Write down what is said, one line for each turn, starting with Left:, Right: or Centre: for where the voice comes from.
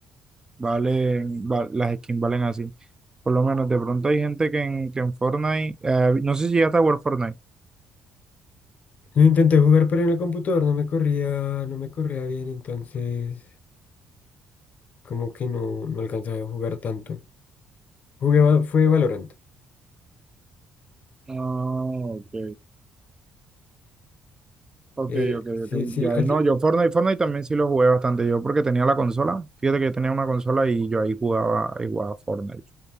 Right: Valen, va- las skins valen así. Por lo menos de pronto hay gente que en, que en Fortnite, eh, no sé si llegaste a jugar Fortnite.
Left: Lo intenté jugar, pero en el computador no me corría, no me corría bien, entonces como que no, no alcanzaba a jugar tanto. Jugué, Val- fue Valorant.
Right: Ah, ok. Ok,
Left: Eh,
Right: ok,
Left: sí,
Right: ok.
Left: sí,
Right: Ya,
Left: a ti-
Right: no, yo Fortnite, Fortnite también sí lo jugué bastante. Yo porque tenía la consola. Fíjate que yo tenía una consola y yo ahí jugaba, ahí jugaba Fortnite